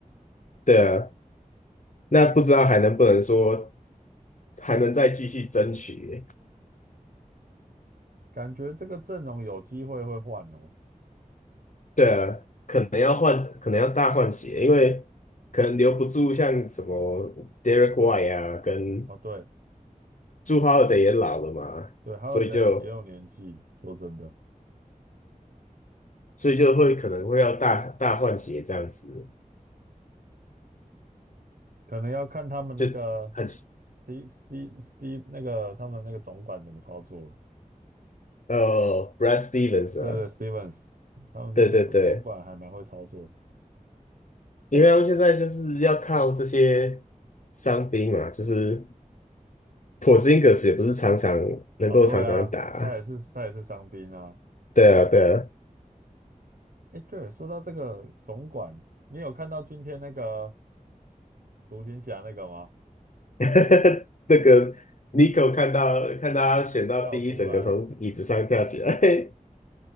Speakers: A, on the left (about 60°); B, on the right (about 80°).
A: 对啊，那不知道还能不能说还能再继续争取？
B: 感觉这个阵容有机会会换哦。
A: 对啊，可能要换，可能要大换血，因为可能留不住像什么 Derek White 啊，跟
B: 哦，对
A: 朱 h o l 也老了嘛，
B: 对，Holiday
A: 所以就。
B: 也有年纪，说真的。
A: 所以就会可能会要大大换血这样子，
B: 可能要看他们那个
A: 就很
B: Steve Steve Steve 那个他们那个总管怎么操作了。
A: 呃，Brad Stevens
B: 对对，Stevens
A: 啊，
B: 他们那个总总管还蛮会操作的。
A: 对对对，
B: 诶，
A: 因为他们现在就是要靠这些伤兵嘛，就是 Porzingis 也不是常常能够常常打，
B: 啊，对啊，他也是他也是伤兵啊。
A: 对啊对啊，
B: 诶，对，说到这个总管，你有看到今天那个独行侠那个吗？
A: <laughs> 那个 Nico 看到看到他选到第一，
B: 叫出来，
A: 整个从椅子上跳起来，<laughs>